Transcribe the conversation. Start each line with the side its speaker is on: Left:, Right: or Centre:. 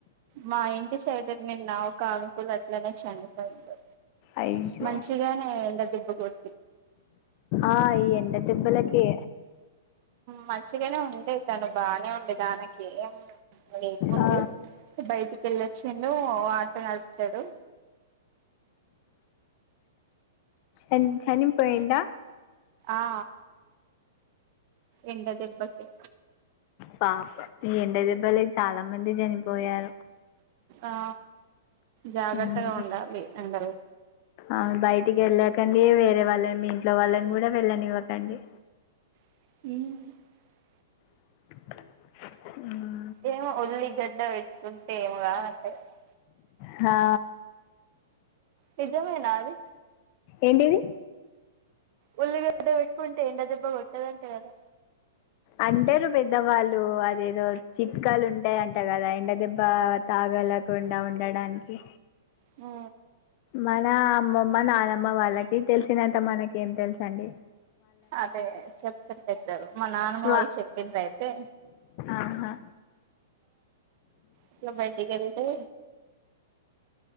Right: మా ఇంటి సైడ్ నిన్న ఒకల్ ఇది అట్లనే చనిపోయిడు
Left: అయ్యో
Right: మంచిగానే ఎండ దిబ్బ కూడా
Left: ఆ ఈ ఎండ దేప్పలకి
Right: మంచిగనే ఉండే తను బానే ఉండే దానికి లేకుండే
Left: ఆ,
Right: బయటికి వెళ్ళొచ్చిండు వ నడుపుతడు
Left: ఎం చనిపోయిండా
Right: ఆ ఎండదేబ్బకి
Left: పాప ఇ ఎండ దెబ్బలే చాలా మంది చనిపోయారు
Right: ఆ జాగ్రత్తగా
Left: ఉమ్.
Right: ఉండాలి అందరు
Left: ఆ బయటికి వెళ్ళకండి వేరే వాళ్ళని ఇంట్లో వాళ్ళని కూడా వెళ్ళనివ్వకండి
Right: మ్
Left: ఉ
Right: ఏమో ఉల్లిగడ్డ పేట్టుకుంటే ఏం కావంటా గదా
Left: హా
Right: నిజమేనా అది
Left: ఏంటిది
Right: ఉల్లిగడ్డ పెట్టుకుంటే ఎండ దెబ్బా కొట్టదంట కదా
Left: అంటరు పెద్దవాళ్ళు అదేదో చిట్కాలు ఉంటాయంట కదా ఎండ దెబ్బ తాగల కుండా ఉండడానికి
Right: ఉ
Left: మన అమ్మమ్మ నానమ్మ వాళ్ళకి తెలిసినంత మనకి ఏం తెలుసు అండి
Right: అదే చెప్తరు పెద్దలు మా నాన్నమ్మ
Left: వా
Right: వాళ్ళు చెప్పింర్రు అయితే
Left: ఆహా
Right: ఇట్లా బయటి వెలితే